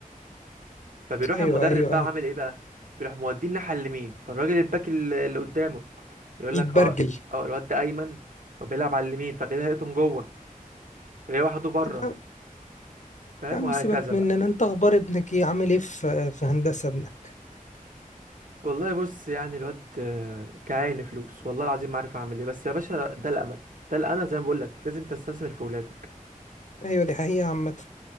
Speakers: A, on the right (about 65°); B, on the left (about 55°).
A: فبيروح
B: ايوه
A: المدرب
B: ايوه
A: بقى
B: ايوه
A: عامل ايه بقى بيروح موديه الناحيه اليمين فالراجل الباك ال- اللي قدامه يقول
B: يتبرجل
A: لك اه اه الواد ده ايمن وبيلعب على اليمين فكده هيقطم جوه تلاقيه واحده بره
B: طب يا
A: فاهم
B: يا عم
A: وهكذا
B: سيبك مننا
A: بقى
B: انت اخبار ابنك ايه عامل ايه في في هندسه ابنك
A: والله بص يعني الواد آه، كعين فلوس والله العظيم ما عارف اعمل ايه بس يا باشا ده الامل ده الامل زي ما بقول لك لازم تستثمر في ولادك
B: ايوه دي حقيقه عامه